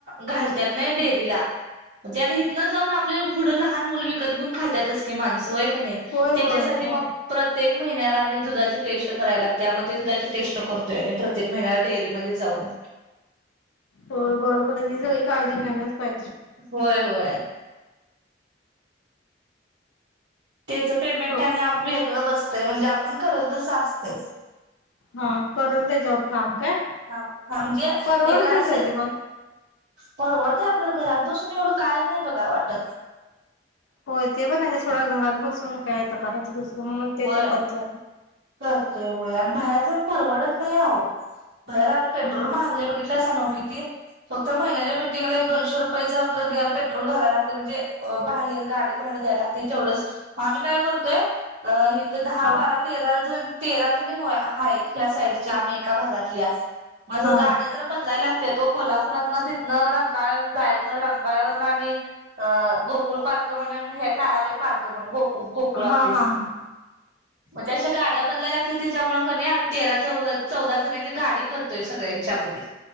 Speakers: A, on the right (about 65°); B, on the left (about 85°).
A: घालत्यात नाही डेअरीला ते आता इथनं जाऊन आपले पुढं लहान मुलं विकत घेऊन खात्यातच की माणसं व्हय का नाही
B: होय
A: त्याच्यासाठी
B: होय होय
A: मग प्रत्येक महिन्याला आणि दुधाची टेस्ट कराय लागत्या मग दुधाची टेस्ट करतोय मी प्रत्येक महिन्याला डेअरीमध्ये जाऊन
B: होय बरोबर आहे ही सगळी काळजी घ्यायलाच पाहिजे
A: होय होय त्याच पेमेंट
B: लोक
A: आणि वेगळं बसतं म्हणजे आपण करल तस असतयं
B: हा करल त्याच्यावर काम काय
A: हा हा म्हणजे
B: परवडतय
A: एकाद दुसरं
B: काय ते पण
A: परवडतं आपल्याला घरात बसून एवढं काय नाही बघा वाटत
B: होय ते पण आहे सोडा घरात बसून काय आता करायचे दुसरं म्हणून ते
A: व्हय
B: तर करतोय आपण
A: करतोय होय आणि बाहेर जाऊन परवडत नाही आहो बाहेर आता पेट्रोल
B: हम्म
A: महागलय बघीतल ट्रेस हाय ना ओ किती फक्त महिन्याच्या मिटंगला एकदा दोनशे रुपयाच आपलं ग पेट्रोल घालायला लागते म्हणजे बाहेर गाडी भाडं द्यायला लागतय तेवढंच मग आम्ही काय करतोय अ इथं दहा
B: हा
A: बारा तेरा जण तेरा जण हो हा ह्या साईडच्या आम्ही एका भागातल्या माझं
B: हा
A: गाड्या जरा बला लागत ते तो कोल्हापुरात ना तिथनं रंगळ जायचं रंगकाळ्यावरन आणि अ गोकुळ पार्क म्हण हे ताराबाई पार्क म्हणून गोकु गोकुळ ऑफिस
B: हा हा हा
A: मग ते अशा गाड्या बदलाय लागत्यात त्याच्यामुळं कनई आम्ही तेरा चौ चौदा जण आहे तेे गाडी करतोय सगळ्यांच्यामध्ये